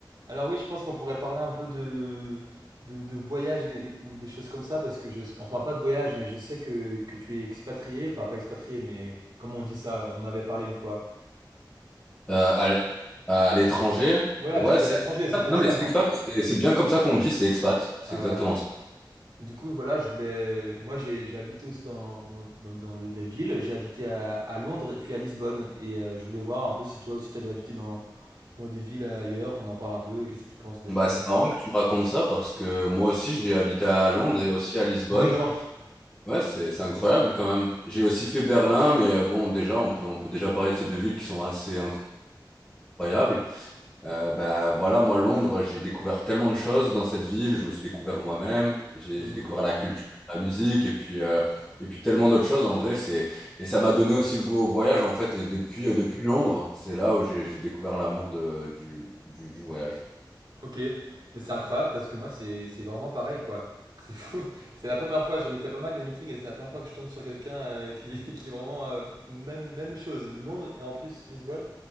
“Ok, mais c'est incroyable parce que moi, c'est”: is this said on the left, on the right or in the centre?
Right